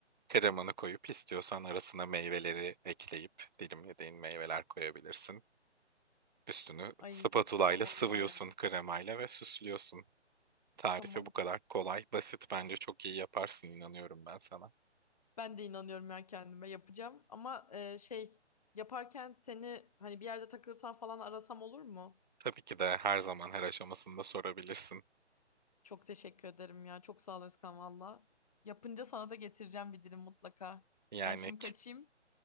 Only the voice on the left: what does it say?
Ay
çok sağ ol vallahi
ya.
Tamam.
Ben de inanıyorum ya kendime yapacağım. Ama e, şey yaparken seni hani bir yerde takılırsan falan arasam olur mu?
Çok teşekkür ederim ya. Çok sağ ol Özkan valla. Yapınca sana da getireceğim bir dilim mutlaka.
Ben şimdi kaçayım.